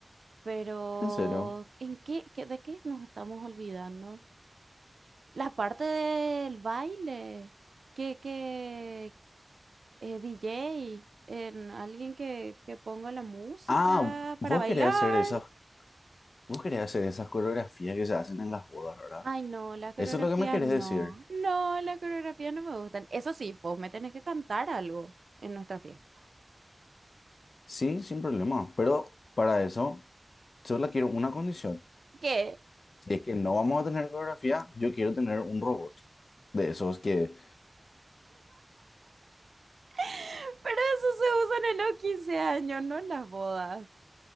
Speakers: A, on the right (about 80°); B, on the left (about 80°).
A: Pero,
B: ¿En serio?
A: ¿en qué, qué- de qué nos estamos olvidando? La parte del baile, que, que eh, DJ, en alguien que, que ponga la música
B: Ah,
A: para
B: vos
A: bailar.
B: querés hacer esas, vos querés hacer esas coreografías que se hacen en las bodas, ¿verdad?
A: Ay, no, la coreografía
B: Eso es lo que me querés
A: no.
B: decir.
A: No, la coreografía no me gustan. Eso sí, vos me tenés que cantar algo en nuestra fiesta.
B: Sí, sin problema. Pero para eso, solo quiero una condición.
A: ¿Qué?
B: Si es que no vamos a tener coreografía, yo quiero tener un robot de esos que
A: <laughs> Pero eso se usan en los 15 años, no en las bodas.